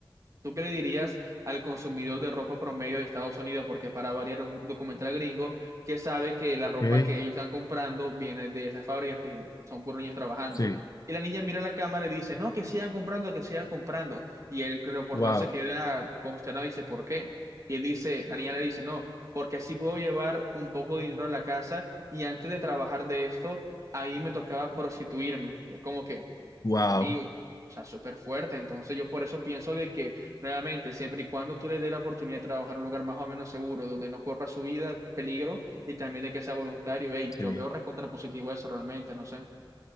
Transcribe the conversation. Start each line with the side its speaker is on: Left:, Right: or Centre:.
Right: ¿Tú qué le dirías al consumidor de ropa promedio de Estados Unidos? Porque para variar un documental gringo que sabe que la
Left: ok,
Right: ropa que ellos están comprando viene de esas fábricas que son puros niños trabajando.
Left: sí,
Right: Y la niña mira la cámara y dice, no, que sigan comprando, que sigan comprando. Y el reportero
Left: wow,
Right: se queda consternado y dice, ¿por qué? Y él dice, la niña le dice, no, porque así puedo llevar un poco de dinero a la casa y antes de trabajar de esto, ahí me tocaba prostituirme. Entonces, ¿Cómo que?
Left: wow,
Right: amigo, o sea, súper fuerte. Entonces yo por eso pienso de que, nuevamente, siempre y cuando tú le des la oportunidad de trabajar en un lugar más o menos seguro, donde no corra su vida peligro y también de que sea voluntario, hey,
Left: sí.
Right: yo veo recontrapositivo eso realmente, no sé.